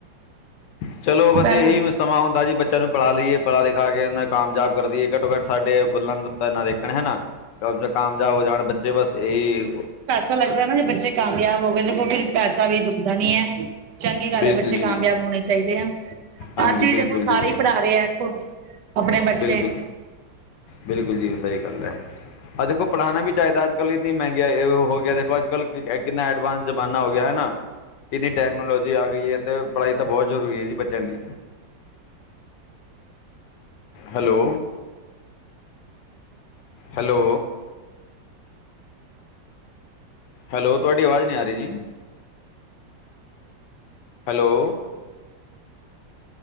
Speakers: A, on the left; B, on the right.
A: ਚਲੋ ਬਸ
B: ਪਹਿਲਾਂ
A: ਇਹੀ ਸਮਾਂ ਹੁੰਦਾ ਜੀ ਬੱਚਿਆਂ ਨੂੰ ਪੜ੍ਹਾ ਲਈਏ ਪੜ੍ਹਾ ਲਿਖਾ ਕੇ ਉਹ ਨੇ ਕਾਮਯਾਬ ਕਰਦੀ ਹੈ ਘੱਟੋ ਘੱਟ ਸਾਡੇ ਦਾ ਤਾਂ ਨਾ ਦੇਖਣ ਹਨਾ ਕਾਮਯਾਬ ਹੋ ਜਾਣ ਬ ਜੇ ਬਸ ਇਹੀ
B: ਪਤਾ ਲੱਗਦਾ ਨਾ ਜੇ ਬੱਚੇ ਕਾਮਯਾਬ ਹੋ ਗਏ ਦੇਖੋ ਫੇਰ ਪੈਸਾ ਵੀ ਦਿਸਦਾ ਨੀ ਹੈ। ਚੰਗੀ ਗੱਲ
A: ਬਿਲਕੁਲ
B: ਹੈ ਬੱਚੇ
A: ਜੀ
B: ਕਾਮਯਾਬ
A: ਬਿਲਕੁਲ
B: ਹੋਣੇ ਚਾਹੀਦੇ ਆ।
A: ਹਾਂਜੀ
B: ਅੱਜ ਵੀ
A: ਬਿਲਕੁਲ
B: ਦੇਖੋ
A: ਜੀ
B: ਸਾਰੇ
A: ਬਿਲਕੁਲ
B: ਹੀ ਪੜ੍ਹਾ ਰਹੇ ਆਖੋ ਆਪਣੇ ਬੱਚੇ
A: ਬਿਲਕੁਲ ਬਿਲਕੁਲ ਜੀ ਉਹ ਸਹੀ ਗੱਲ ਹੈ। ਆ ਦੇਖੋ ਪੜ੍ਹਾਉਣਾ ਵੀ ਚਾਹੀਦਾ ਅੱਜ ਕੱਲ੍ਹ ਇੰਨੀ ਮਹਿੰਗ ਹੋ ਗਿਆ ਦੇਖੋ ਅੱਜ ਕੱਲ੍ਹ ਕਿੰਨਾ ਐਡਵਾਂਸ ਜ਼ਮਾਨਾ ਹੋ ਗਿਆ ਹੈ ਨਾ ਇਹਦੀ ਟੈਕਨੋਲੋਜੀ ਜੀ ਆ ਗਈ ਹੈ ਤੇ ਪੜ੍ਹਾਈ ਤਾਂ ਬਹੁਤ ਜ਼ਰੂਰੀ ਹੈ ਜੀ ਬੱਚਿਆਂ ਲਈ ਹੈਲੋ ਹੈਲੋ ਹੈਲੋ। ਤੁਹਾਡੀ ਆਵਾਜ਼ ਨਹੀਂ ਆ ਰਹੀ ਜੀ। ਹੈਲੋ।